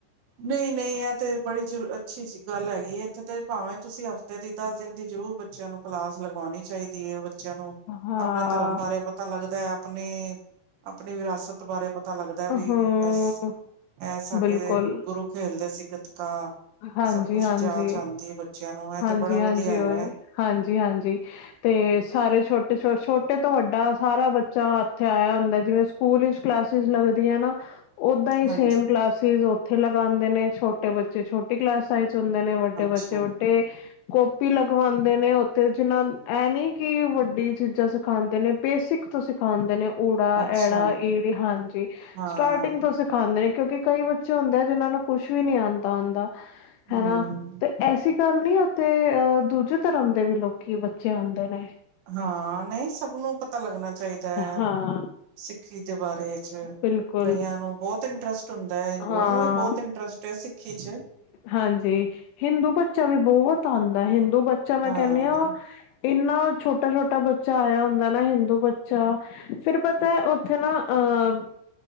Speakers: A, on the right; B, on the left.
A: ਨਹੀਂ-ਨਹੀਂ, ਐ ਤੇ ਬੜੀ ਜਰ ਅੱਛੀ ਗੱਲ ਹੈਗੀਏ, ਇੱਥੇ ਤੇ ਭਾਵੇਂ ਤੁਸੀਂ ਦੀ, ਦਸ ਦਿਨ ਦੀ ਜ਼ਰੂਰ ਬੱਚਿਆਂ ਨੂੰ ਕਲਾਸ ਲਗਵਾਣੀ ਚਾਹੀਦੀ ਏ, ਬੱਚਿਆਂ ਨੂੰ,
B: ਹਾਂ
A: ਆਪਣੇ ਧਰਮ ਬਾਰੇ ਪਤਾ ਪਤਾ ਲੱਗਦਾ ਐ, ਆਪਣੇ, ਆਪਣੀ ਵਿਰਾਸਤ ਬਾਰੇ ਪਤਾ ਲੱਗਦਾ ਵੀ
B: ਹੂੰ
A: ਅ ਸ, ਐ ਸਾਡੇ
B: ਬਿਲਕੁਲ
A: ਗੁਰੂ ਖੇਲਦੇ ਸੀ ਗਤਕਾ।
B: ਹਾਂਜੀ
A: ਸਭ ਕੁਛ
B: ਹਾਂਜੀ
A: ਜਾਚ ਆਂਦੀ ਏ ਬੱਚਿਆਂ ਨੂੰ, ਐ
B: ਹਾਂਜੀ-ਹਾਂਜੀ
A: ਤੇ ਬੜਾ ਵਧੀਆ ਹੈਗਾ
B: ਉਹੀ
A: ਏ।
B: ਹਾਂਜੀ-ਹਾਂਜੀ। ਤੇ ਸਾਰੇ ਛੋਟੇ, ਛੋ ਛੋਟੇ ਤੋਂ ਵੱਡਾ ਸਾਰਾ ਬੱਚਾ ਇੱਥੇ ਆਇਆ ਹੁੰਦਾ ਜਿਵੇਂ ਸਕੂਲ ਈਚ ਕਲਾਸਿਸ ਲੱਗਦੀਆਂ ਏ ਨਾ। ਓਦਾਂ ਈ
A: ਹਾਂਜੀ
B: ਸੇਮ ਕਲਾਸਿਸ ਉੱਥੇ ਲਗਾਂਦੇ ਨੇ, ਛੋਟੇ ਬੱਚੇ ਛੋ ਕਲਾਸਾਂ ਵਿੱਚ ਹੁੰਦੇ ਨੇ, ਵੱਡੇ
A: ਅੱਛਾ
B: ਬੱਚੇ ਵੱਡੇ ਕਪੀ ਲਗਵਾਂਦੇ ਨੇ ਉੱਥੇ, ਜਿਹਨਾ, ਐ ਨੀ ਕਿ ਵੱਡੀ ਚੀਜ਼ਾਂ ਸਿਖਾਂਦੇ ਨੇ ਬੇਸਿਕ ਸਿਖਾਂਦੇ ਨੇ ੳੜਾ
A: ਅੱਛਾ
B: ਐੜਾ ਈੜੀ ਹਂਜੀ
A: ਹਾਂ
B: ਸਟਾਰਟਿੰਗ ਤੋਂ ਸ ਖਾਂਦੇ ਨੇ ਕਿਉਂਕਿ ਕਈ ਬੱਚੇ ਹੁੰਦੇ ਆ ਜਿਹਨਾਂ ਨੂੰ ਕੁਛ ਵੀ ਨੀ ਆਉਂਦਾ ਆਉਂਦਾ
A: ਹਮ
B: ਹਨਾ ਤੇ ਐਸੀ ਗੱਲ ਨੀ ਉੱਥੇ ਅਹ ਦੂਜੇ ਧਰਮ ਦੇ ਵੀ ਲੋਕੀ ਬੱਚੇ ਆਂਦੇ ਨੇ।
A: ਹਾਂ ਨਹੀਂ ਸਭ ਨੂੰ ਪਤਾ ਲੱਗਨਾ ਚੈਦਾ ਐ।
B: ਹਾਂ
A: ਸਿੱਖੀ ਦੇ ਬਾਰੇ ਚ
B: ਬਿਲਕੁਲ
A: ਕਈਆਂ ਨੂੰ ਬੋੱਤ ਇੰਟਰਸਟ ਹੁੰਦਾ ਐ ਤੁੱਨੂੰ
B: ਹਾਂ
A: ਨੂੰ ਵੀ ਬੋੱਤ ਇੰਟਰਸਟ ਐ ਸਿੱਖੀ ਚ।
B: ਹਂਜੀ, ਹਿੰਦੂ ਬੱਚਾ ਵੀ ਬੋੱਤ ਆਂਦਾ ਹਿੰਦੂ ਬੱਚਾ ਮੈਂ
A: ਹਾਂ
B: ਕੈਨੀਆਂ। ਇੰਨਾ ਛੋਟਾ, ਛੋਟਾ ਬੱਚਾ ਆਇਆ ਹੁੰਦਾ ਨਾ ਹਿੰਦੂ ਬੱਚਾ। ਫੇਰ ਪਤਾ ਔਥੇ ਨਾ ਅਹ